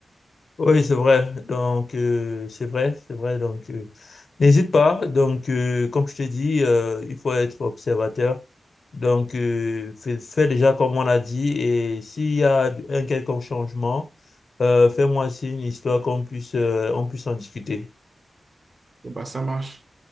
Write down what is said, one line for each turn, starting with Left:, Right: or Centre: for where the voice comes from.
Left: Oui, c'est vrai. Donc, euh, c'est vrai, c'est vrai. Donc, euh, n'hésite pas. Donc, euh, comme je te dis, euh, il faut être observateur. Donc, euh, fais, fais déjà comme on a dit. Et s'il y a un quelconque changement, euh, fais-moi signe histoire qu'on puisse, euh, on puisse en discuter.
Right: Bon, Bah, ça marche.